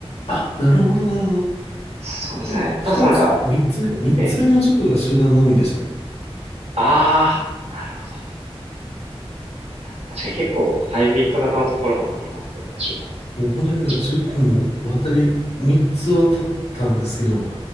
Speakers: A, on the left (about 85°); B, on the right (about 80°).
A: あ、なるほど、なるほど。
B: そうですね。
A: 僕、二つ、
B: ただなんか、
A: 三つ目か、三つ目の塾が集団のみでしたね。
B: ええああー、なるほど。確かに結構ハイブリッド型のところもありますよね。集団と
A: もう本当になんか塾も渡り、
B: 上みたいな。
A: 3つ渡ったんですけど、